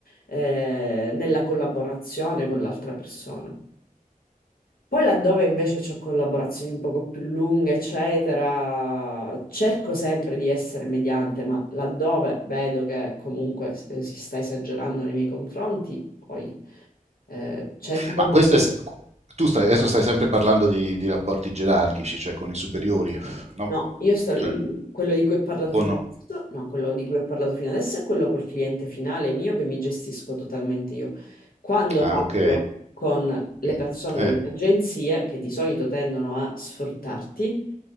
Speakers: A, on the left; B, on the right.
A: eh, nella collaborazione con l'altra persona. Poi laddove invece ho collaborazioni un poco più lunghe, eccetera, cerco sempre di essere mediante, ma laddove vedo che comunque eh, si sta esagerando nei miei confronti, poi eh, cerco sempre
B: Ma questo
A: di
B: è, s- tu stai, adesso stai sempre parlando di, di rapporti gerarchici, cioè con i superiori, no?
A: No, io sto, il-
B: Cioè,
A: quello di cui ho parlato
B: o
A: fino
B: no?
A: adesso, no, quello di cui ho parlato fino adesso è quello col cliente finale mio che mi gestisco totalmente io. Quando
B: Ah,
A: parlo
B: ok.
A: con le
B: Mm.
A: persone
B: Eh,
A: dell'agenzia, che di solito tendono a sfruttarti,